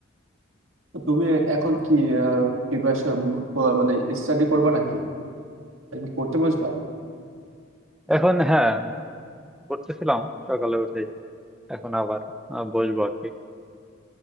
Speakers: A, on the right (about 85°); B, in the centre.
A: তো তুমি এখন কি প্রিপারেশন মানে স্টাডি করবা নাকি এখন পড়তে বসবা
B: এখন হ্যাঁ পড়তেছিলাম সকালে উঠেই এখন আবার আহ, বসবো আর কি